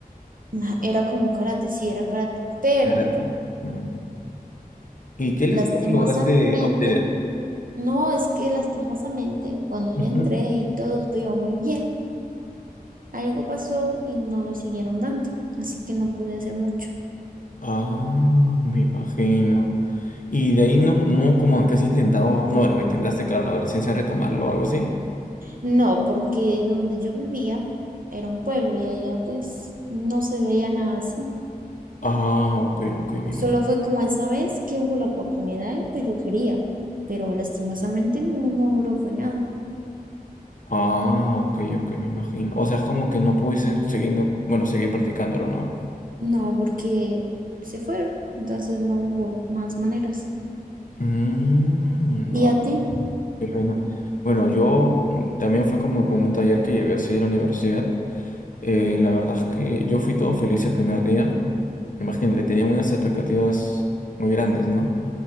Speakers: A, on the right; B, on the left.
A: Ma, Era como karate, sí, era karate, pero
B: Karate. Mm. ¿Y qué
A: lastimosamente,
B: listón lograste obtener?
A: no, es que lastimosamente, cuando
B: Ujú.
A: yo entré y todo, todo iba muy bien, Algo pasó y no lo siguieron dando, así que no pude hacer mucho.
B: Ah, me imagino. Y de ahí no, no como que has intentado, no, bueno, me intentaste, claro, en la adolescencia retomarlo o algo así.
A: No, porque donde yo vivía era un pueblo y allá pues no se veía nada así.
B: Ah, ok, ok, me
A: Solo
B: imagino.
A: fue como esa vez que hubo la oportunidad y pues yo quería, pero lastimosamente no, no duró, fue nada.
B: Ah, ok, ok, me imagino. O sea, es como que no pudiste siguiendo bueno, seguir practicándolo, ¿no?
A: No, porque se fueron, entonces no hubo más maneras.
B: Mm,
A: ¿Y
B: ah.
A: a ti?
B: Qué pena. Bueno, yo mm, también fue como un taller que llevé así de la universidad. Eh, la verdad es que yo fui todo feliz el primer día. Imagínate, teníamos unas expectativas muy grandes, ¿no?